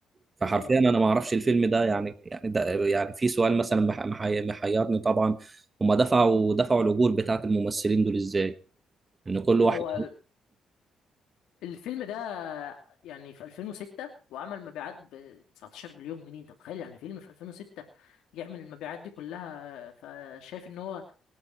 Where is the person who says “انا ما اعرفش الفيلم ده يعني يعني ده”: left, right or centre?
Right